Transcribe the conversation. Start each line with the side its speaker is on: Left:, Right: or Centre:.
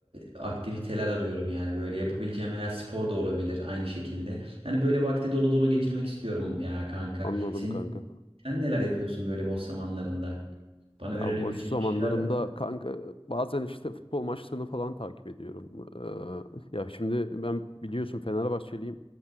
Right: aktiviteler arıyorum yani. Böyle yapabileceğim veya spor da olabilir aynı şekilde. Yani böyle vakti dolu dolu geçirmek istiyorum ya kanka.
Left: Anladım
Right: Senin
Left: kanka.
Right: sen neler yapıyorsun böyle boş zamanlarında? Bana öğrenebileceğim
Left: Ya boş zamanlarımda
Right: bir şeyler var mı?
Left: kanka bazen işte futbol maçlarını falan takip ediyorum. Ee, ya şimdi ben biliyorsun Fenerbahçeliyim.